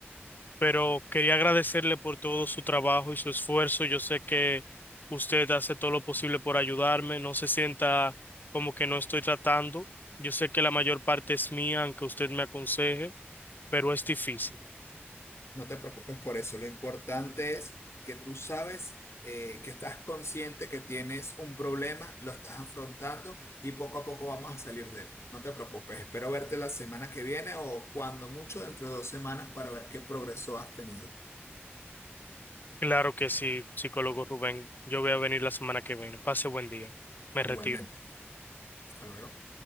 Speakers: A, on the left; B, on the left.
A: pero quería agradecerle por todo su trabajo y su esfuerzo. Yo sé que usted hace todo lo posible por ayudarme. No se sienta como que no estoy tratando. Yo sé que la mayor parte es mía, aunque usted me aconseje, pero es difícil.
B: No te preocupes por eso, lo importante es que tú sabes eh, que estás consciente que tienes un problema, lo estás afrontando y poco a poco vamos a salir de él. No te preocupes, espero verte la semana que viene o cuando mucho dentro de dos semanas para ver qué progreso has tenido.
A: Claro que sí, psicólogo Rubén. Yo voy a venir la semana que viene. Pase buen día. Me retiro.
B: Igualmente. Hasta luego.